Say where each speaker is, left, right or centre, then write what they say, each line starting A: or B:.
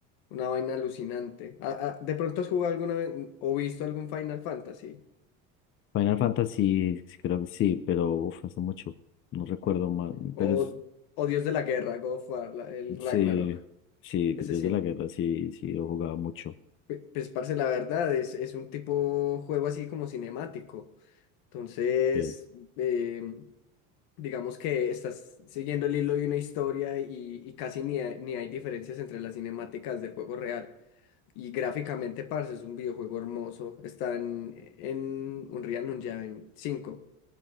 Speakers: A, on the left (about 70°); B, on the left (about 30°).
A: una vaina alucinante. Ah, ah, ¿de pronto has jugado alguna vez o visto algún Final Fantasy?
B: Final Fantasy, sí, creo que sí, pero uff, hace mucho. No recuerdo más.
A: O,
B: Pero es-
A: o Dios de la Guerra, God of War, la- el Ragnarok.
B: sí, sí,
A: Ese
B: Dios
A: sí.
B: de la Guerra, sí, sí, lo he jugado mucho.
A: Pe- Pues, parce, la verdad, es, es un tipo juego así como cinemático. Entonces,
B: Sí.
A: eh, digamos que estás siguiendo el hilo de una historia y, y casi ni hay, ni hay diferencias entre las cinemáticas del juego real. Y gráficamente, parce, es un videojuego hermoso. Está en, en Unreal Engine cinco